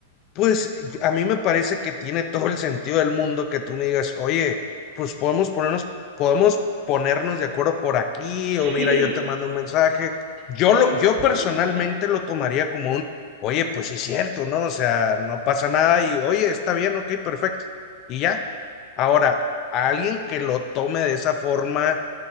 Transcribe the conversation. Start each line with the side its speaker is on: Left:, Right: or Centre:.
Left: pues a mí me parece que tiene todo el sentido del mundo que tú me digas, oye, pues podemos ponernos, podemos ponernos de acuerdo por aquí, o mira,
Right: Sí,
Left: yo te mando un mensaje. Yo
Right: qué
Left: lo,
Right: diferencia.
Left: yo personalmente lo tomaría como un, oye, pues sí es cierto, ¿no? O sea, no pasa nada y, oye, está bien, ok, perfecto. Y ya. Ahora, a alguien que lo tome de esa forma